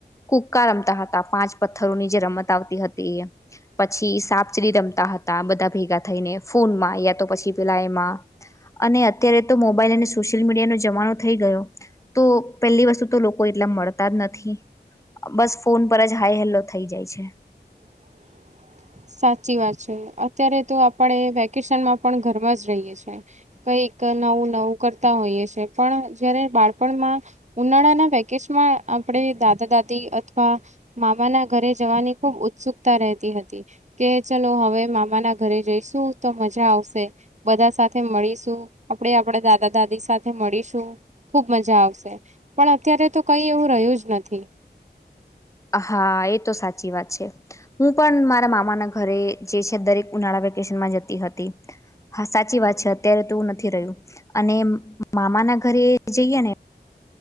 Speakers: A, on the left; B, on the right.
A: કુક્કા રમતા હતા પાંચ પથ્થરો ની જે રમત આવતી હતી એ, પછી સાપસીડી રમતા હતા બધા ભેગા થઈને ફોનમાં યા તો પછી પેલા એમાં અને અત્યારે તો મોબાઈલ અને સોશિયલ મીડિયાનો જમાનો થઈ ગયો તો પેલી વસ્તુ તો લોકો એટલા મળતા જ નથી બસ ફોન પર જ હાઈ હેલ્લો થઈ જાય છે.
B: <inaudible> સાચી વાત છે અત્યારે તો આપણે વેકેશનમાં પણ ઘરમાં જ રહીએ છે કઈક નવું નવું કરતા હોઈએ છે પણ જયારે બાળપણમાં ઉનાળાના વેકેશન માં આપણે દાદા દાદી અથવા મામાના ઘરે જવાની ખૂબ ઉત્સુકતા રહેતી હતી કે ચલો હવે મામાના ઘરે જઈશું તો મજા આવશે બધા સાથે મળીશું આપણે આપણેે દાદા દાદી સાથે મળીશું ખુબ મજા આવશે પણ અત્યારે તો કઈ એવું રહ્યું જ નથી
A: હા એ તો સાચી વાત છે હું પણ મારા મામાના ઘરે જે છે દરેક ઉનાળા વેકેશનામાં જતી હતી હા સાચી વાત છે અત્યારે તો નથી રહ્યું અને મામાના ઘરે જઈએ ને